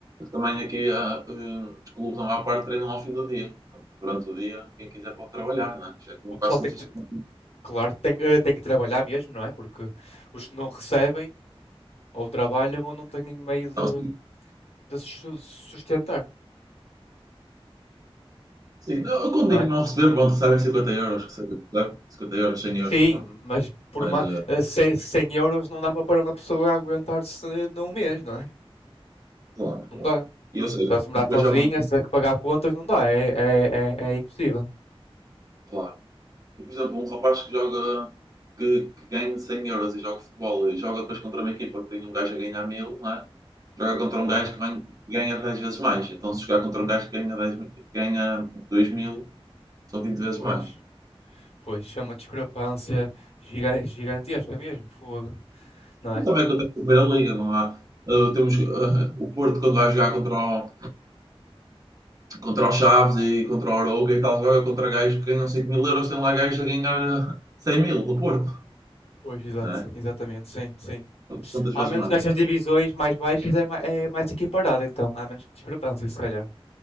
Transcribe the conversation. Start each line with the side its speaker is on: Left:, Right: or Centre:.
Right: Também aqui ah, eh, os clubes, a maior parte, treinam ao fim do dia. Portanto, durante o dia, quem quiser pode trabalhar, né? Já é como
Left: O
Right: quase
Left: pessoal
Right: como
Left: tem
Right: se
Left: que,
Right: fosse. um-
Left: Claro, tem, eh, tem que trabalhar mesmo, não é? Porque os que não recebem ou trabalham ou não têm meio de,
Right: Não, sim,
Left: de se su- sustentar,
Right: sim. Não, Eu quando
Left: não
Right: digo
Left: é?
Right: não receber, pronto, recebem 50 euros, recebem, recebem 50 euros, 100
Left: Sim,
Right: euros, vá.
Left: mas por
Right: Mas,
Left: ma-
Right: eh,
Left: eh, 100, 100 euros não dá para para uma pessoa aguentar-se num mês, não é?
Right: claro,
Left: Não
Right: claro.
Left: dá.
Right: E eu sei,
Left: Então, se morar
Right: depois
Left: sozinha,
Right: jogam,
Left: se tiver que pagar contas, não dá. É, é, é, é impossível.
Right: claro. E, por exemplo, um rapaz que joga, que, que ganha 100 euros e joga futebol e joga depois contra uma equipa que tem um gajo a ganhar mil não é? Joga contra
Left: Claro,
Right: um gajo que vem- que ganha 10 vezes mais. Então, se jogar contra um gajo que ganha 10, mil- que ganha 2000. São 20 vezes
Left: pois.
Right: mais.
Left: Pois, é uma discrepância giga- gigantesca mesmo, fogo, não
Right: Mas
Left: é?
Right: também acontece na Primeira Liga, não há. Uh, temos uh, o Porto quando vai jogar contra o, contra o Chaves e contra o Arouca e tal, joga contra gajos que ganham 5 mil euros, tem lá gajos a ganhar eh, 100 mil no Porto,
Left: Pois, exato,
Right: não é?
Left: exatamente, sim, sim.
Right: Quantas vezes
Left: Ao menos
Right: mais?
Left: nestas divisões mais baixas é, ma- é mais equiparado, então há menos discrepância, se calhar,